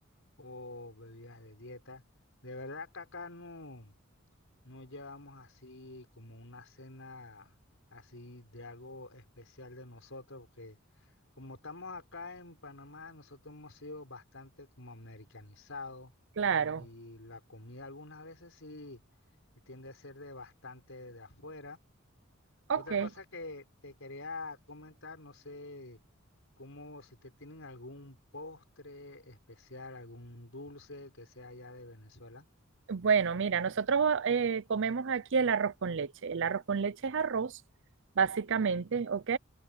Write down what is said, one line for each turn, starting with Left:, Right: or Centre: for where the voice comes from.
Left: o bebidas de dieta. De verdad que acá no, no llevamos así como una cena así de algo especial de nosotros, porque como estamos acá en Panamá, nosotros hemos sido bastante como americanizados
Right: claro.
Left: y la comida algunas veces sí tiende a ser de bastante de afuera.
Right: Ok.
Left: Otra cosa que te quería comentar, no sé cómo, si te tienen algún postre especial, algún dulce que sea allá de Venezuela.
Right: Bueno, mira, nosotros eh, comemos aquí el arroz con leche. El arroz con leche es arroz, básicamente, ¿ok?